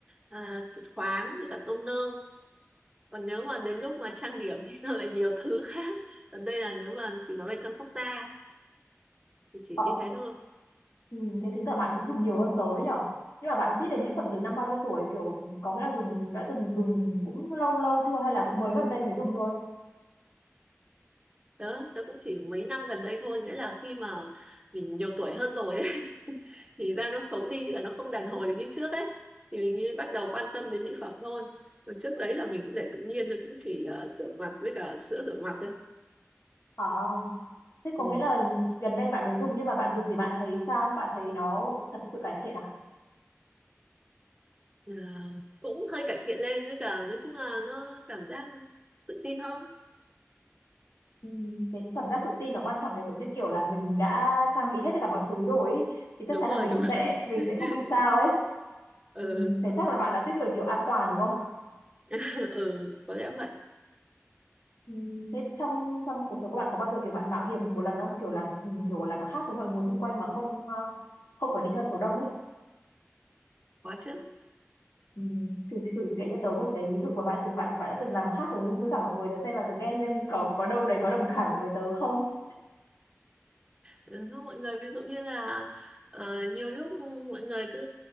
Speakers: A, on the right; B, on the left.
A: à, xịt khoáng với cả toner còn nếu mà đến lúc mà trang điểm thì <laughs> nó lại nhiều thứ khác còn đây là nếu mà chỉ nói về chăm sóc da thì chỉ
B: Ờ,
A: như thế thôi
B: Ừ, thế chứng tỏ bạn cũng dùng nhiều hơn tớ đấy nhở nhưng mà bạn biết đến mỹ phẩm từ năm bao nhiêu tuổi kiểu có nghĩa là dùng đã từng dùng cũng lâu lâu chưa hay là cũng mới gần đây mới dùng thôi
A: Đó, tớ cũng chỉ mấy năm gần đây thôi, nghĩa là khi mà mình nhiều tuổi hơn rồi ấy, <laughs> thì da nó xấu đi, nghĩa là nó không đàn hồi được như trước ấy, thì mình mới bắt đầu quan tâm đến mỹ phẩm thôi. Còn trước đấy là mình cũng để tự nhiên thôi, cũng chỉ ờ, rửa mặt với cả sữa rửa mặt thôi.
B: à thế có
A: Ừ.
B: nghĩa là gần đây bạn mới dùng nhưng mà bạn dùng thì bạn thấy sao bạn thấy nó thật sự cải thiện à
A: Ờ, cũng hơi cải thiện lên với cả nói chung là nó cảm giác tự tin hơn.
B: ừ, cái cảm giác tự tin nó quan trọng nhỉ giống như kiểu là mình đã trang bị hết tất cả mọi thứ rồi ấy, thì
A: Đúng
B: chắc chắn
A: rồi,
B: là mình
A: đúng.
B: sẽ mình
A: <laughs>
B: sẽ không bị sao ấy
A: Ừ,
B: ừ, thế chắc là bạn là tiếp người kiểu an toàn đúng không
A: <laughs> ừ, có lẽ vậy.
B: Ừ, Thế trong trong cuộc sống của bạn có bao giờ kiểu bạn mạo hiểm một lần không kiểu làm kiểu làm khác với mọi người xung quanh mà không ờ, không phải đi theo số đông ấy
A: Có chứ.
B: ừ, thử thử kể cho tớ một cái ví dụ của bạn từng bạn bạn đã từng làm khác với với cả mọi người tớ xem và tớ nghe xem có có đâu đấy có đồng cảm được với tớ không
A: Đúng không mọi người ví dụ như là ờ, nhiều lúc mọi người cứ